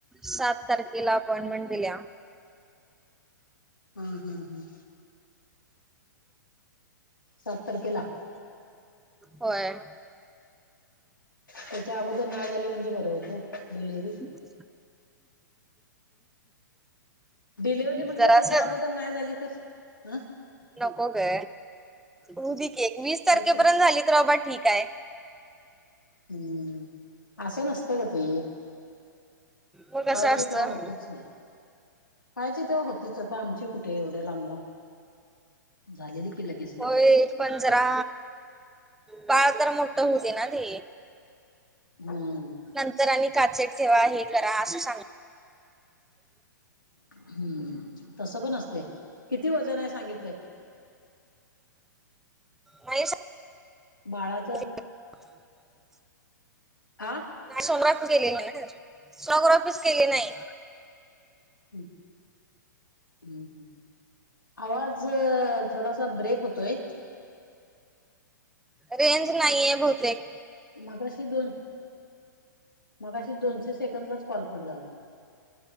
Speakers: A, in the centre; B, on the left.
A: सात तारखेला अपॉइंटमेंट दिल्या.
B: हा.. हा.. हा. सात तारखेला?
A: होय.
B: त्याच्या अगोदर नाही झाली म्हणजे बरं होतंय, डिलेव्हरी.
A: <unintelligible> <inaudible>
B: डिलेव्हरी म्हटलं
A: जरासं.
B: त्याच्या अगोदर नाही झाली तर हं
A: नको ग हुदे की एक वीस
B: तेच
A: तारखेपर्यंत झाली तर बाबा ठीक आहे.
B: हम्म असं नसतं ग ते व्हायचं
A: मग कसं असतं
B: तेव्हा होतेच नाही. हायचे तेव्हा होतीच आता आमची कुठे एवढे लांब लांब- झालेली की, लगेच-लगेच.
A: होय पण जरा, बाळ तर मोठ्ठ होवू दे ना ते.
B: हम्म
A: नंतर आणि काचेत ठेवा हे करा असं सांग-
B: हम्म तसं पण असते, किती वजन आहे सांगितलेय?
A: मश <unintelligible>
B: बाळाचं.
A: <unintelligible>
B: आह.
A: सोनोग्राफी केलेली नाही अजून, सोनोग्राफी केलेली च नाही.
B: हम्म हम् ह आवाज थोडासा ब्रेक होतोय.
A: रेंज नाही आहे बहुतेक.
B: मगाशी दोन मगाशी दोनशे सेकंदलाच कॉलकट झालायं.